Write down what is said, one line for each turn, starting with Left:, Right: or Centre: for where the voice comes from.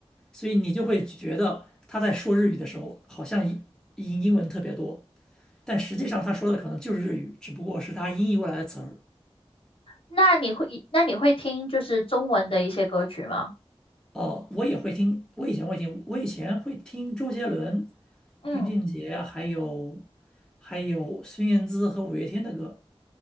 Centre: 所以你就会觉得他在说日语的时候，好像英英英文特别多，但实际上他说的可能就是日语，只不过是他音译过来的词儿。
Left: 那你会，那你会听就是中文的一些歌曲吗？
Centre: 哦，我也会听，我以前会听，我以前会听周杰伦、
Left: 嗯。
Centre: 林俊杰，还有还有孙燕姿和五月天的歌，